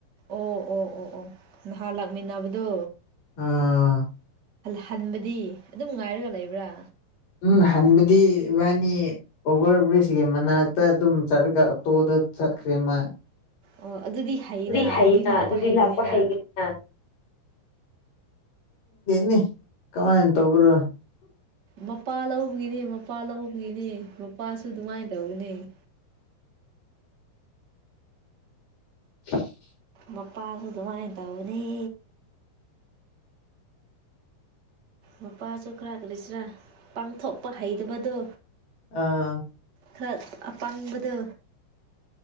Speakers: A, on the right; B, on the left.
A: ꯑꯣ ꯑꯣ ꯑꯣ ꯑꯣ ꯅꯍꯥꯟ ꯂꯥꯛꯃꯤꯟꯅꯕꯗꯨ
B: ꯑꯥ
A: ꯍꯟꯕꯗꯤ ꯑꯗꯨꯝ ꯉꯥꯏꯔꯒ ꯂꯩꯕ꯭ꯔꯥ
B: ꯎꯝ ꯍꯟꯕꯗꯤ ꯏꯕꯥꯅꯤ ꯑꯣꯚꯔ ꯕ꯭ꯔꯤꯖꯀꯤ ꯃꯅꯥꯛꯇ ꯑꯗꯨꯝ ꯆꯠꯂꯒ ꯑꯣꯇꯣꯗ ꯁꯈ꯭ꯃ
A: ꯑꯣ ꯑꯗꯨꯗꯤ ꯍꯩꯅ
B: ꯑꯗꯨꯗꯤ ꯍ ꯑꯗꯨꯗꯤ
A: ꯍꯩꯒꯅꯤꯅ
B: ꯂꯥꯛꯄ ꯍꯒꯦꯅ ꯅꯤ ꯀꯃꯟ ꯇꯕ꯭ꯔ
A: ꯃꯄꯥ ꯂꯧꯕꯒꯤꯅꯤ ꯃꯄꯥ ꯂꯧꯕꯒꯤꯅꯤ ꯃꯄꯥꯁꯨ ꯑꯗꯨꯃꯥꯏꯅ ꯇꯧꯅꯤ <inaudible>
B: <inaudible>
A: ꯃꯄꯥꯁꯨ ꯑꯗꯨꯃꯥꯏꯅ ꯇꯧꯅꯤ ꯃꯄꯥꯁꯨ ꯈꯔ ꯀꯔꯤꯁꯤꯔꯥ ꯄꯥꯡꯊꯣꯛꯄ ꯍꯩꯇꯕꯗꯣ
B: ꯑꯥ
A: ꯈꯔ ꯑꯄꯥꯪꯕꯗ